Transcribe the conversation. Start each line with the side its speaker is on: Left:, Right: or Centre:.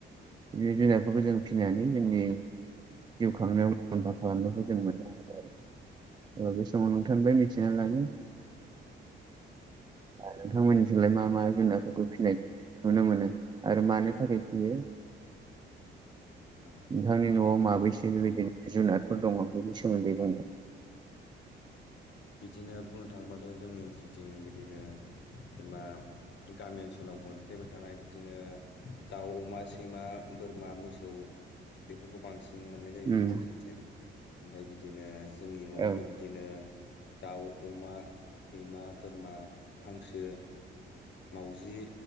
Right: बिनो जुनारफोरखौ जों फिनानै जोंनि जिउ खांनायाव मुलाम्फा खालामनायखौ जों मोनो अ बे समाव
Left: औ
Right: नोंथांनि बे मिथिना लानो
Left: बिदिनो
Right: नोंथांमोननि सोलाय मा मा जुनारफोरखौ फिसिनाय नुनो मोनो आरो मानि थाखाय फियो
Left: औ
Right: नोंथांनि न'आव माबैसो बेबायदिनो जुनारफोर दङ बेनि सोमोन्दै बुंनो
Left: बिदिनो बुंनो थाङोबाथ' जोंनि ओनसोलथिं बिदिनो जेनेबा गामि ओनसोलाव मोनफ्लेबाय थानाय बिदिनो दाउ अमा सैमा बोरमा मोसौ बेफोरखौ बांसिन मोननाय जायो जोंनि
Right: उम
Left: ओनसोलथिं ओमफफ्राय बिदिनो जोंनि नर्थ
Right: औ
Left: बिदिनो दाउ अमा सैमा बोरमा हांसो मावउजि